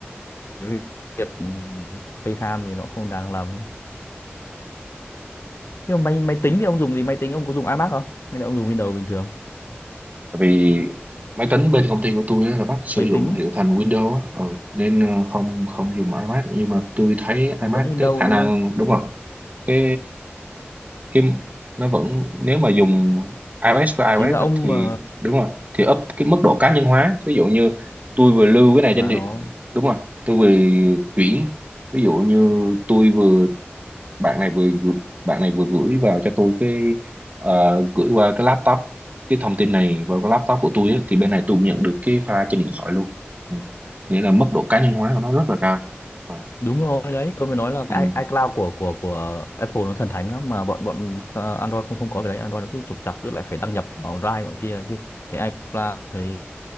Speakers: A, on the left; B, on the right.
A: cái việc ừm, FaceTime thì nó không đáng lắm nhưng mà máy máy tính thì ông dùng gì máy tính ông có dùng iMac không hay là ông dùng Windows bình thường
B: Tại vì máy tính bên công ty của tôi á là bắt sử
A: máy
B: dụng
A: tính ấy,
B: hiệu thành Windows á, ừ, nên ờ, không không dùng iMac nhưng mà tôi thấy
A: nó
B: iMac
A: vẫn Windows
B: cái khả
A: đúng
B: năng
A: không
B: đúng rồi cái cái nó vẫn nếu mà dùng iOS với iOS
A: chính là ông
B: á, thì
A: mà
B: đúng rồi thì up cái mức độ cá nhân hóa ví dụ như tôi vừa lưu cái này
A: là
B: trên điện
A: nó
B: đúng rồi tôi vừa chuyển ví dụ như tôi vừa bạn này vừa gửi, bạn này vừa gửi vào cho tôi cái ờ, gửi qua cái laptop cái thông tin này vào cái laptop của tôi á, thì bên này tôi cũng nhận được cái file trên điện thoại luôn ừ. nghĩa là mức độ cá nhân hóa của nó rất là cao Ờ.
A: đúng rồi đấy tôi mới nói là
B: ừ.
A: cái i- iCloud của của của Apple nó thần thánh lắm mà bọn bọn ờ, Android không không có cái đấy Android nó cứ trục trặc cứ lại phải đăng nhập vào Drive bọn kia chứ cái iCloud thì